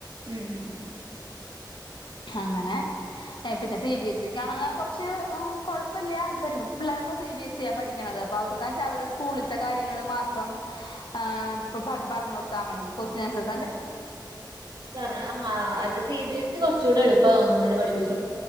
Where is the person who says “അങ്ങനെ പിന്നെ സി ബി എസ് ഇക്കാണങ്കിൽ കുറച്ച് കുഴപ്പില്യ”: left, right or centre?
Left